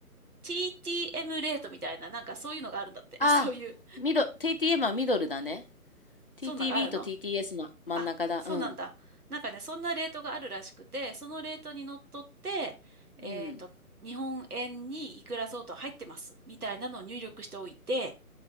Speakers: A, on the right; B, on the left.
A: TTM レートみたいな、なんかそういうのがあるんだって。
B: ああミド
A: <laughs> そういう、
B: TTM はミドルだね TTB
A: そんなのがあるの
B: と TTS の真ん中だうん
A: あ、そうなんだ。なんかね、そんなレートがあるらしくて、そのレートにのっとって、えっと、
B: うん
A: 日本円にいくら相当入ってます、みたいなのを入力しておいて、